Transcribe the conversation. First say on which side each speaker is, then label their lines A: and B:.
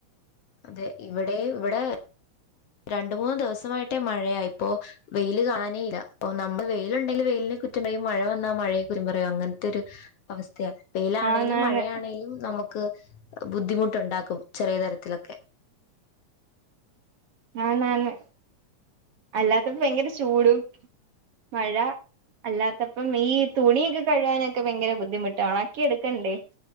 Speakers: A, on the left; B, on the right.
A: അത് ഇവിടെ ഇവിടാ രണ്ട് മൂന്നു ദിവസമായിട്ടേ മഴയാ ഇപ്പൊ വെയിൽ കാണാനേ ഇല്ല അപ്പൊ നമ്മള് വെയിലുണ്ടെങ്കിൽ വെയിലിന് കുറ്റം പറയും മഴ വന്നാ മഴയെ കുറ്റം പറയും അങ്ങനത്തെ ഒരു അവസ്ഥയാ വെയിലാണേലും
B: ആന്നാന്ന്
A: മഴയാണേലും നമുക്ക് ബുദ്ധിമുട്ടുണ്ടാക്കും ചെറിയ തരത്തിലൊക്കെ
B: ആന്നന്ന് അല്ലാത്തപ്പോ ഭയങ്കര ചൂടും മഴ അല്ലാത്തപ്പം ഈ തുണിയൊക്കെ കഴുവാനൊക്കെ ഭയങ്കര ബുദ്ധിമുട്ടാ ഉണാക്കി എടുക്കണ്ടേ